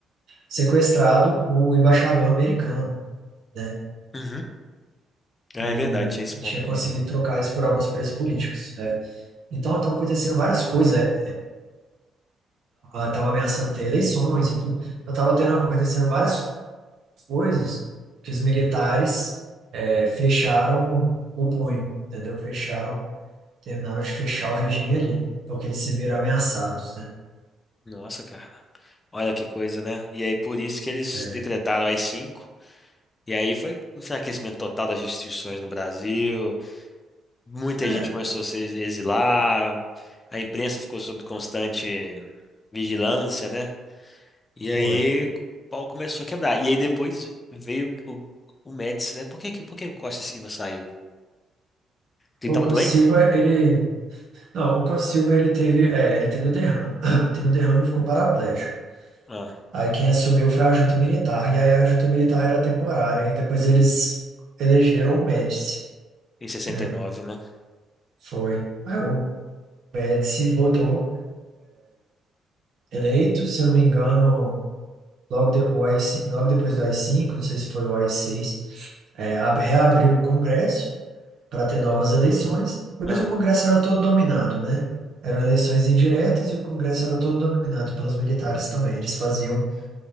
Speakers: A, on the right; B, on the left.
A: sequestrado o embaixador americano, né?
B: Uhum. Ah,
A: E
B: é verdade, tinha esse ponto
A: tinha
B: também.
A: conseguido trocar isso por alguns presos políticos, né? Então, estava acontecendo várias coisas, né? Estava ameaçando ter eleições e tudo. Então, estava tendo, acontecendo várias coisas que os militares eh, fecharam o punho, entendeu? Fecharam, terminaram de fechar o regime ali. Então, que eles se viram ameaçados, né?
B: Nossa, cara. Olha que coisa, né? E aí, por isso que eles
A: É,
B: decretaram as cinco. E aí foi um enfraquecimento total das instituições no Brasil. Muita
A: é,
B: gente começou a se exilar. A imprensa ficou sob constante vigilância, né? E aí
A: foi.
B: o pau começou a quebrar. E aí depois veio o, o Médici, né? Por que, que- por que o Costa e Silva saiu? Ele
A: O
B: tava
A: Costa
B: doente?
A: Silva, ele... Não, o Costa Silva, ele teve, é, ele teve o derrame. <coughs> <clears throat> Teve um derrame e ficou paraplégico.
B: Ah,
A: Aí quem assumiu foi a junta militar, e aí a junta militar era temporária, e depois eles elegeram o Médici,
B: em sessenta
A: né?
B: e nove, né?
A: Foi. Aí o Médici voltou eleito, se eu não me engano, logo, de, o AI5 logo depois do A I cinco não sei se foi o A I seis é, ab- reabriu o Congresso para ter novas eleições, mas
B: Ah.
A: o Congresso era todo dominado, né? Eram eleições indiretas e o Congresso era todo dominado pelos militares também. Eles faziam,